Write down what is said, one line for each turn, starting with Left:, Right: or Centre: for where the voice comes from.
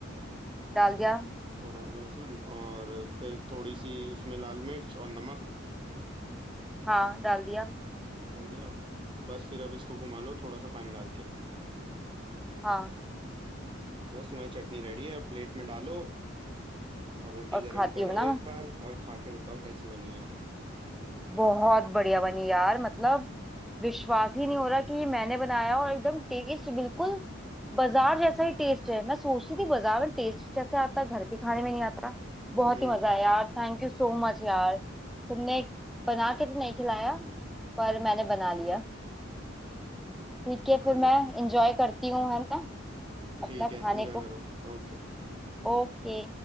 Centre: डाल दिया
Right: थोड़ा सा लहसुन और फिर थोड़ी सी उसमें लाल मिर्च और नमक
Centre: हाँ डाल दिया
Right: डाल दिया बस फिर अब इसको घुमा लो थोड़ा सा पानी डाल के
Centre: हाँ
Right: बस तुम्हारी चटनी रेडी है अब प्लेट में डालो और रोटी
Centre: और
Right: गर्म
Centre: खाती
Right: करो
Centre: हूँ ना
Right: एक
Centre: मैं
Right: बार और खा के बताओ कैसी बनी है
Centre: बहुत बढ़िया बनी यार मतलब विश्वास ही नहीं हो रहा कि ये मैंने बनाया और एकदम टेस्ट बिल्कुल बाजार जैसा ही टेस्ट है मैं सोचती थी बाजार में टेस्ट कैसे आता है, घर के खाने में नहीं आता बहुत
Right: हम्म
Centre: ही मजा आया यार थैंक यू सो मच यार तुमने बना के तो नहीं खिलाया पर मैंने बना लिया ठीक है
Right: अरे
Centre: फिर मैं इंजॉय करती हूँ है ना
Right: ठीक
Centre: अपना
Right: है
Centre: खाने
Right: एंजॉय
Centre: को
Right: करो ओके
Centre: ओके